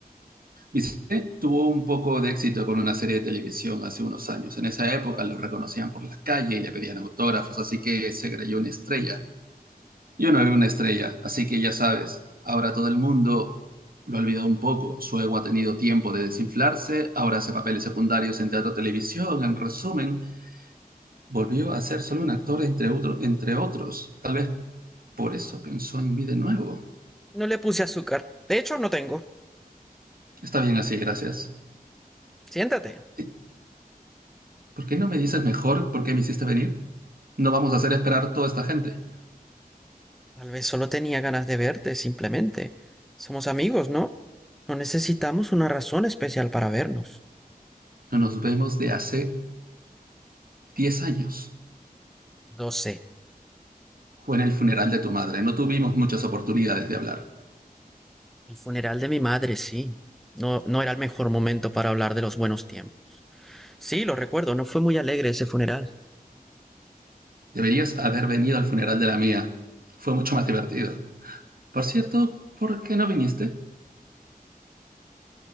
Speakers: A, on the right; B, in the centre.
A: Vicente tuvo un poco de éxito con una serie de televisión hace unos años. En esa época lo reconocían por la calle y le pedían autógrafos, así que se creyó una estrella. Yo no era una estrella, así que ya sabes, ahora todo el mundo lo ha olvidado un poco. Su ego ha tenido tiempo de desinflarse, ahora hace papeles secundarios en teatro, televisión, en resumen, volvió a ser solo un actor entre, otro- entre otros. Tal vez por eso pensó en mí de nuevo.
B: No le puse azúcar. De hecho, no tengo.
A: Está bien así, gracias.
B: Siéntate.
A: Sí, ¿Por qué no me dices mejor por qué me hiciste venir? No vamos a hacer esperar toda esta gente.
B: Tal vez solo tenía ganas de verte, simplemente. Somos amigos, ¿no? No necesitamos una razón especial para vernos.
A: No nos vemos de hace 10 años.
B: Lo sé.
A: Fue en el funeral de tu madre, no tuvimos muchas oportunidades de hablar.
B: El funeral de mi madre, sí. No, no era el mejor momento para hablar de los buenos tiempos. Sí, lo recuerdo, no fue muy alegre ese funeral.
A: Deberías haber venido al funeral de la mía. Fue mucho más divertido. Por cierto, ¿por qué no viniste?